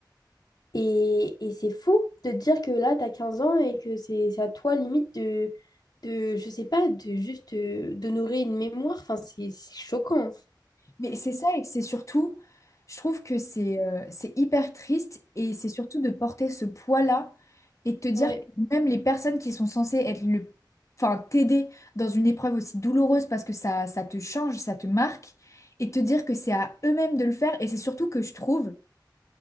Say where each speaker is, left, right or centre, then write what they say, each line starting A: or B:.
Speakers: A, on the left; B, on the left.
A: Et, et c'est fou de te dire que là, tu as 15 ans et que c'est c'est à toi limite de, de, je sais pas, de juste euh, d'honorer une mémoire. Enfin, c'est c'est choquant.
B: Mais c'est ça et que c'est surtout, je trouve que c'est euh, c'est hyper triste et c'est surtout de porter ce poids-là et de te dire
A: Ouais.
B: que même les personnes qui sont censées être le, enfin t'aider dans une épreuve aussi douloureuse parce que ça, ça te change, ça te marque et de te dire que c'est à eux-mêmes de le faire et c'est surtout que je trouve